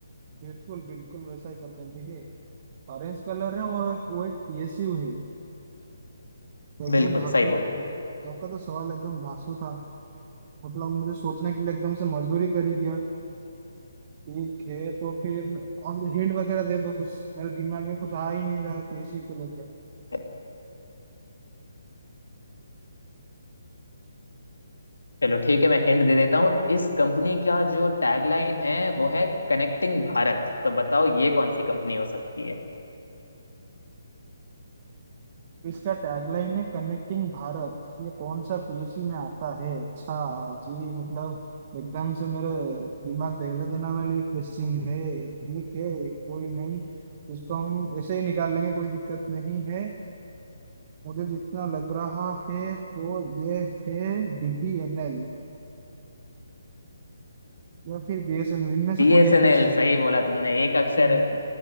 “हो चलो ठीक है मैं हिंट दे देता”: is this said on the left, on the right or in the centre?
Left